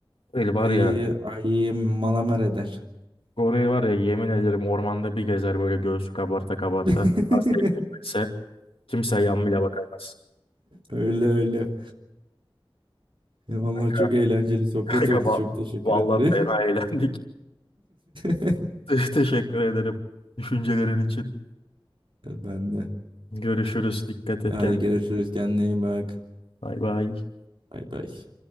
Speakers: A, on the left (about 80°); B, on the right (about 65°).
A: Goril var
B: ayı
A: ya
B: ayıyı malamer eder.
A: Goril var ya yemin ederim ormanda bir gezer böyle göğsü kabarta kabarta.
B: <laughs>
A: Az tekmek bilse kimse yan bile bakamaz.
B: Öyle öyle. Vallahi
A: Kanka,
B: çok eğlenceli sohbet
A: <laughs> kanka
B: oldu.
A: va-
B: Çok teşekkür
A: vallahi
B: ederim.
A: fena eğlendik.
B: <laughs>
A: <laughs> Teşekkür ederim düşüncelerin için.
B: Ben de.
A: Görüşürüz. Dikkat et
B: Hadi
A: kendine.
B: görüşürüz. Kendine iyi bak.
A: Bay bay.
B: Bay bay.